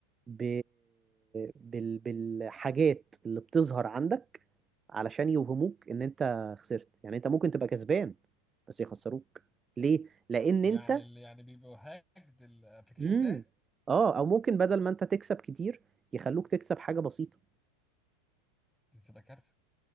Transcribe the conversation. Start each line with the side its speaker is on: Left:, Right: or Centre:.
Right: ب... بال... بالحاجات اللي بتظهر عندك علشان يوهموك ان انت خسرت يعني انت ممكن تبقى كسبان بس يخسروك ليه؟ لان
Centre: يعني
Right: انت
Centre: اللي يعني بيبقوا هاكد الابلكيشن
Right: مم.
Centre: بتاعي
Right: اه او ممكن بدل ما انت تكسب كتير يخلوك تكسب حاجة بسيطة
Centre: دي تبقى كارثة